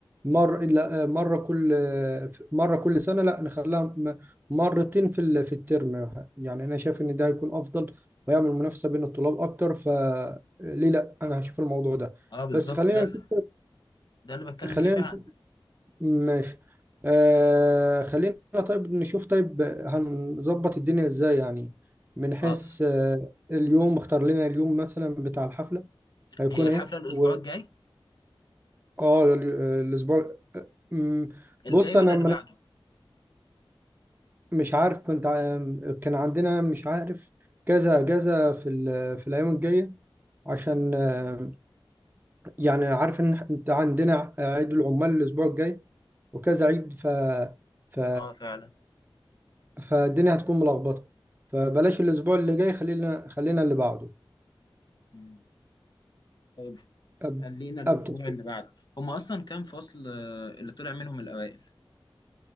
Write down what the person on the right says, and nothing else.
مر لا مره كل مره كل سنه لا نخليها م- مرتين في ال- في الترم يعني انا شايف ان ده هيكون افضل ويعمل منافسه بين الطلاب اكتر فليه لا انا هشوف الموضوع ده
بس خلينا
نشوف
خلينا
نشوف ماشي آه خلينا طيب نشوف طيب هنظبط الدنيا ازاي يعني من حيث
آه، اليوم اختار لنا اليوم مثلا بتاع الحفله هيكون
ايه
و...
اه اليو- آه، الاسبوع آه، مم،
بص
انا
مش عارف انت عم- كان عندنا مش عارف كذا كذا في ال- في الايام الجايه عشان آه، يعني عارف ان إح- انت عندنا عيد العمال الاسبوع الجاي وكذا عيد ف ف
فالدنيا هتكون ملخبطه فبلاش الاسبوع اللي جاي خلينا خلينا اللي بعده
أب...
أب... تفت-